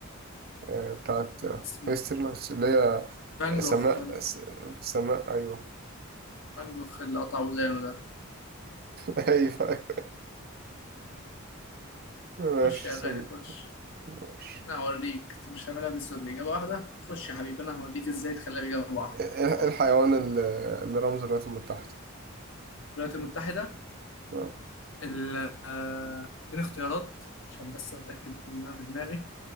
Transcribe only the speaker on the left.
اسمه
فان
جوخ فان جوخ
فان جوخ اللي قطع ودانه ده
خش يا غالي
خش
انا هوريك انت مش هعملها بس باجابه واحده خش يا حبيبي انا هوريك ازاي تخليها باجابه واحده
اتفضل
الولايات المتحده
ال- آه، اديني اختيارات عشان بس اتاكد ان انا في دماغي